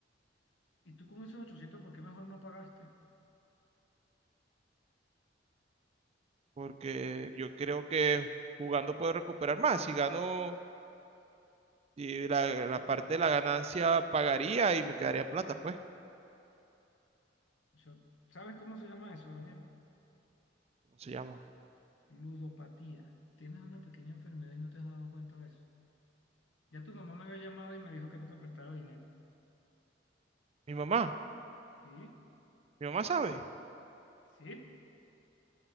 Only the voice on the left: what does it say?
¿Y tú con esos 800 por qué mejor no pagaste?
Eso, ¿sabes cómo se llama eso, Daniel?
Ludopatía. Tienes una pequeña enfermedad y no te has dado cuenta de eso. Ya tu mamá me había llamado y me dijo que no te prestara dinero.
¿Sí?
Sí.